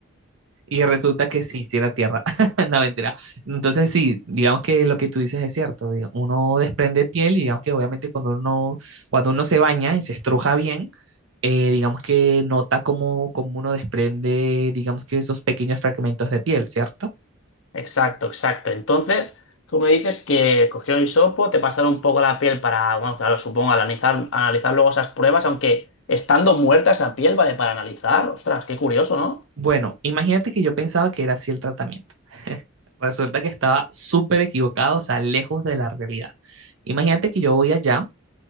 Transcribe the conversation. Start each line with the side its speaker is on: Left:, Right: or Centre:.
Right: Y resulta que sí, sí era tierra, <laughs> no mentira. Entonces sí, digamos que lo que tú dices es cierto, diga- uno desprende piel y digamos que obviamente cuando uno, cuando uno se baña y se estruja bien, eh, digamos que nota cómo, cómo uno desprende, digamos que esos pequeños fragmentos de piel, ¿cierto?
Left: Exacto, exacto. Entonces, tú me dices que cogió un hisopo, te pasaron un poco la piel para, bueno, claro, supongo, analizar, analizar luego esas pruebas, aunque estando muerta esa piel, ¿vale? Para analizar. Ostras, qué curioso, ¿no?
Right: Bueno, imagínate que yo pensaba que era así el tratamiento. <laughs> Resulta que estaba súper equivocado, o sea, lejos de la realidad. Imagínate que yo voy allá